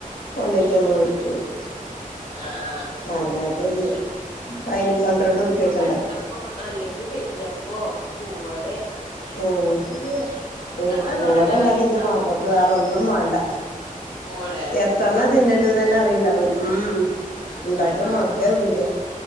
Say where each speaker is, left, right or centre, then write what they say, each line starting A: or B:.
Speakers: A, on the left; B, on the left.
A: കൊണ്ടോയിട്ട്
B: ഉം
A: അത് വെടിച്ചുകൊടുക്കും
B: ഉം ആഹ് ആഹ്
A: അങ്ങനെയൊക്കെ ചെയ്യ അയിന് പന്ത്രണ്ട് ഉറുപ്പ്യൊക്കെ
B: കാൽത്തപ്പോ
A: ഇണ്ടാക
B: അല്ലെങ്കി നെയ്യപ്പോ പൂവടെ
A: ഉം പൂവടെ
B: സാധനങ്ങ
A: ഉണ്ടെങ്കി എന്റെ മാപ്പിളക് വേറൊന്ന് ഒന്നും വണ്ട
B: പൂവടയാ
A: എത്രണ തിന്നണ്ട് തന്നെ അറിയണ്ടാവൂല ഉം
B: ഉം
A: ഉണ്ടാക്കിയാ
B: ഉം
A: മതി ആകൂല